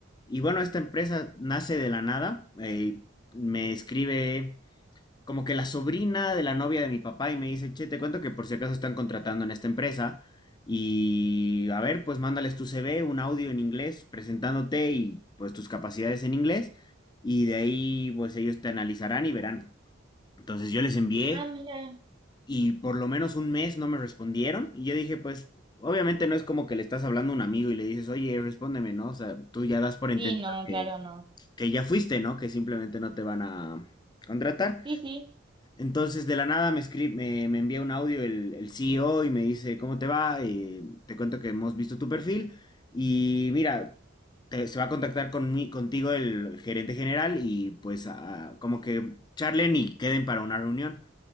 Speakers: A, on the left; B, on the right.
A: Y bueno, esta empresa nace de la nada. Eh, me escribe como que la sobrina de la novia de mi papá y me dice, che, te cuento que por si acaso están contratando en esta empresa. Y a ver, pues mándales tu CV, un audio en inglés, presentándote y pues tus capacidades en inglés. Y de ahí, pues ellos te analizarán y verán. Entonces yo les envié
B: Ah, mira.
A: y por lo menos un mes no me respondieron. Y yo dije, pues, obviamente no es como que le estás hablando a un amigo y le dices, oye, respóndeme, ¿no? O sea, tú ya das por entendido
B: Sí, no,
A: que,
B: claro, no.
A: que ya fuiste, ¿no? Que simplemente no te van a contratar.
B: Sí, sí.
A: Entonces, de la nada me, escri- me, me envía un audio el, el CEO y me dice, ¿cómo te va? Eh, te cuento que hemos visto tu perfil y mira, te- se va a contactar con mí- contigo el gerente general y pues a- como que charlen y queden para una reunión.